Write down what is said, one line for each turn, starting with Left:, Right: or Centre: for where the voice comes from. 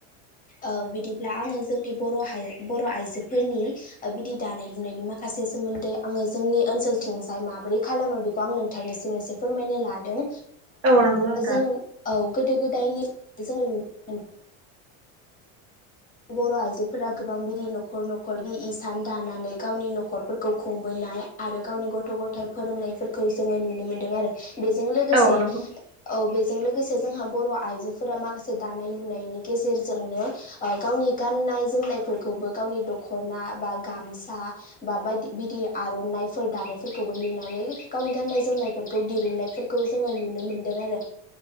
Left: औ बिदिब्ला आङो जोंनि बर' बर' आइजोफोरनि बिदि दानाय लनायनि माखासे सोमोन्दै आङो जोंनि ओनसोलथिंजाय माबोरै खालामो बेखौ आं नोंथांनिसिम एसे फोरमाय लादों
Right: औ नंगौ नोंथां
Left: जों औ गोदो गोदायनि जो नुनो मोनदों। बर' आइजोफोरा गोबां बिदि न'खर न'खर बि इसान दानानै गावनि न'खरफोरखौ खुंबोनो आरो गावनि गथ' गथाय फोरोंनायफोरखौ जोङो नुनो मोनदों आरो बेजों लोगोसे
Right: औ नंगौ
Left: औ बेजों लोगोसे जोंहा बर' आइजोफोरा माखासे दानाय लुनायनि गेजेरजोंनो गावनि गान्नाय जोमनायफोरखौबो गावनि दख'ना बा गामसा बा बायदि बिदि आर'नाइफोर दानायफोरखौबो नुनानै गावनि गान्नाय जोमनायफोरखौ दिरुननायफोरखौ जोङो नुनो मोनो।